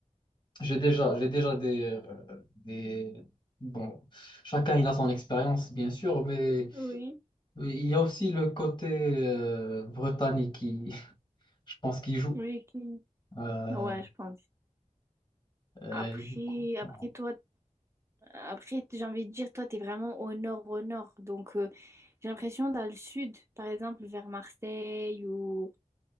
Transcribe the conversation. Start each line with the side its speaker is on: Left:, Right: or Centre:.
Left: J'ai déjà j'ai déjà des euh, des bon chacun il a son expérience bien sûr mais
Right: Oui,
Left: mais il y a aussi le côté euh, britannique qui <laughs> je pense qui joue
Right: oui, qui-
Left: Euh,
Right: ouais, je pense.
Left: euh,
Right: Après,
Left: et du coup
Right: après
Left: <clears throat>
Right: toi, après, j'ai envie de dire, toi, t'es vraiment au nord, au nord. Donc, euh, j'ai l'impression dans le sud, par exemple, vers Marseille ou